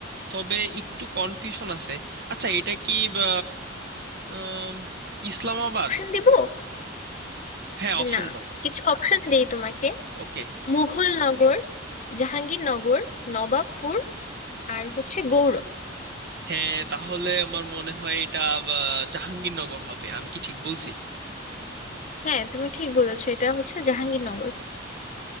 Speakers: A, on the right (about 55°); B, on the left (about 40°).
A: তবে একটু কনফিউশন আছে আচ্ছা এটা কি বা, আম, ইসলামাবাদ
B: অপশন দিব
A: হ্যাঁ অপশন
B: না
A: দাও
B: কিছু অপশন দেই তোমাকে
A: ওকে
B: মুঘল নগর জাহাঙ্গীরনগর নবাবপুর আর হচ্ছে গৌড়
A: হ্যাঁ তাহলে আমার মনে হয় এটা বা, জাহাঙ্গীরনগর হবে আমি কি ঠিক বলছি
B: হ্যাঁ তুমি ঠিক বলেছো এটা হচ্ছে জাহাঙ্গীরনগর